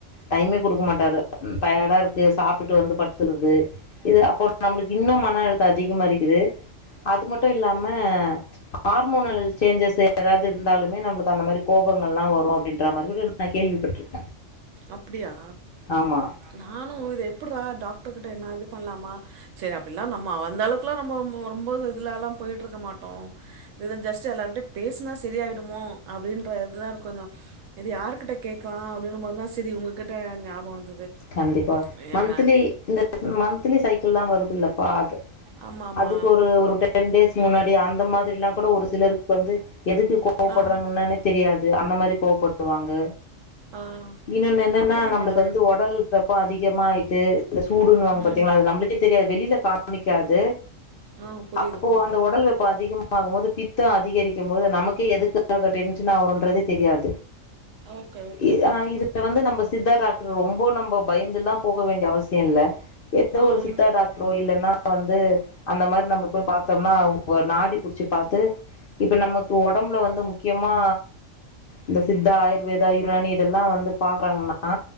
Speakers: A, on the left; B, on the right.
A: டைம்மே குடுக்க மாட்டாரு டயாடா இருக்கு சாப்ட்டுட்டு வந்து பட்த்துற்து இது அப்போ நம்மளுக்கு இன்னு மன அழுத்த அதிகமா இருக்குது அது மட்டு இல்லாம ஹார்மோனல் சேஞ்சஸ் ஏதாவது இருந்தாலுமே நம்மளுக்கு அந்த மாதிரி கோபங்கள்லா வரு அப்டின்ற மாதிரி நா கேள்விப்பட்டிருக்
B: அப்டியா
A: ஆமா
B: நானு இத எப்ட்ரா டாக்டர் கிட்ட என்ன இது பண்ணலாமா சரி அப்டிலா நம்ம அந்த அளவுக்குலா ரொம்பொ ரொம்ப இதுல எல்லா போயிட்டு இருக்க மாட்டோ துதா ஜஸ்ட் எல்லார்டடையு பேசுனா சரிய ஆயிடுமோ அப்டின்ற இதுதா கொஞ்சம் இது யார்கிட்ட கேக்கலா அப்படின்னும் போது தா செரி உங்ககிட்ட ஞாபோ வந்தது
A: கண்டிப்பா மந்த்லி
B: ஏன்னா
A: இந்த மந்த்லி சைக்கில்லா வருதுல்லப்பா அது
B: ஆமா ஆமா
A: அதுக்கு ஒரு ஒரு டென் டேஸ் முன்னாடி அந்த மாதிரிலா கூட ஒரு சிலருக் வந்து எதுக்கு கோவப்பற்றாங்கன்னே
B: ஆ
A: தெரியாது அந்த மாரி கோவப்படுவாங்க
B: ஆ
A: இன்னொன்னு என்னன்னா
B: அப்டிதாம்பா
A: நம்மளுக்கு வந்து ஒ வெப்ப அதிகமா ஆயிட்டு இந்த சூடுன்னுவாங்
B: ம்
A: பாத்தீங்ளா அது நம்மளுக்கே தெரியாது வெளியில காமிக்காது
B: ஆ புரியுது
A: அப்போ
B: புரியுது
A: அந்த உடல் வெப்போ அதிகமாகு போது பித்தோ அதிகரிக்கு போது நமக்கே எதுக் அங்க டென்ஷன் ஆகுறோன்றது தெ தெரியாது
B: ஓகே ஓகே
A: இது அ இதுல வந்து நம்ம சித்தா டாக்டர் ரொம்போ நம்ம பயந்தெல்லா போக வேண்டிய அவசியோ இல்ல எந்த
B: ஆ
A: ஒரு சித்தா டாக்டரோ இல்லைன்னா வந்து அந்த மாதிரி நம்ம போய் பாத்தோம்னா உங்க நாடி பிடிச்சு பாத்து இப்ப நமக்கு ஒடம்புல வந்து முக்கியமா இந்த சித்தா ஆயுர்வேதா யுனானி இதெல்லா வந்து பாக்குறாங்கன்னா